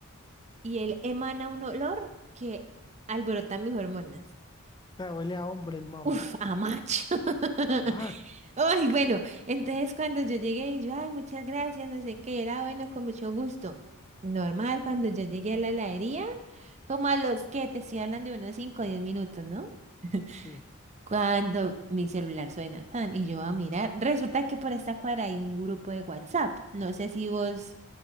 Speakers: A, on the right (about 35°); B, on the left (about 20°).
A: y él emana un olor que alborota mis hormonas.
B: O sea, huele a hombre el mamo.
A: Uf, a macho. <laughs>
B: Ah,
A: Ay, bueno, entonces cuando yo llegué, y yo, ay, muchas gracias, no sé qué, era bueno, con mucho gusto. Normal, cuando yo llegué a la heladería, como a los que te estoy hablando de unos cinco, o 10 minutos, ¿no? <laughs>
B: sí.
A: Cuando mi celular suena tan y yo voy a mirar, resulta que por esta cuadra hay un grupo de WhatsApp. No sé si vos